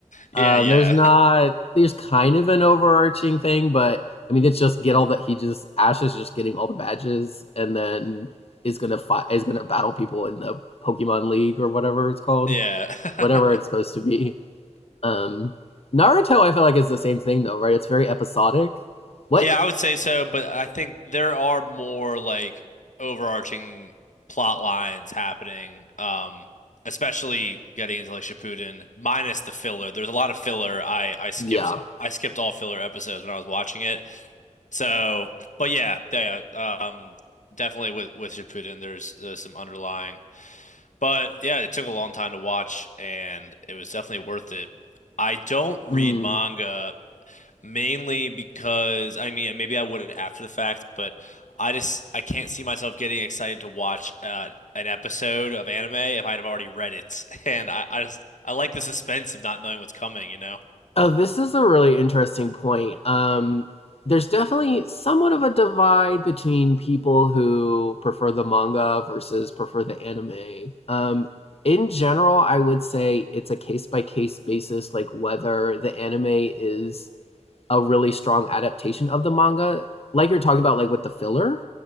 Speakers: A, on the left (about 80°); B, on the left (about 55°).
A: yeah,
B: Um,
A: yeah,
B: there's not there's kind of an overarching thing, but I mean, it's just get all that he just Ash is just getting all the badges, and then is gonna fight is gonna battle people in the Pokemon League or whatever it's called.
A: <laughs> yeah.
B: whatever it's
A: <laughs>
B: supposed to be. Um, Naruto, I feel like is the same thing though, right? It's very episodic. What?
A: Yeah, I would say so, but I think there are more like overarching plot lines happening, um, especially getting into like Shippuden, minus the filler. There's a lot of filler. I I skipped
B: Yeah.
A: I skipped all filler episodes when I was watching it. So, but yeah, yeah, um, definitely with with Shippuden, there's there's some underlying. But yeah, it took a long time to watch, and it was definitely worth it. I don't read
B: Mm.
A: manga Mainly because I mean, maybe I would after the fact, but I just I can't see myself getting excited to watch uh, an episode of anime if I'd have already read it, <laughs> and I I just I like the suspense of not knowing what's coming, you know?
B: Oh, this is a really interesting point. Um, there's definitely somewhat of a divide between people who prefer the manga versus prefer the anime. Um, in general, I would say it's a case by case basis, like whether the anime is a really strong adaptation of the manga, like you're talking about, like with the filler.